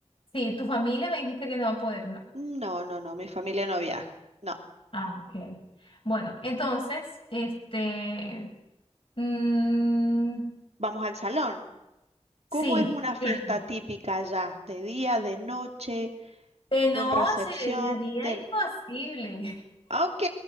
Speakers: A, on the left; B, on the right.
A: sí, tu familia me dijiste que no va a poder, ¿no?
B: No, no, no, mi familia no viaja. No,
A: Ah, ok. Bueno, entonces, este, mm,
B: vamos al salón.
A: sí,
B: ¿Cómo es una fiesta
A: claro.
B: típica allá? ¿De día, de noche,
A: De noche,
B: con recepción?
A: de día
B: De...
A: imposible.
B: Ok,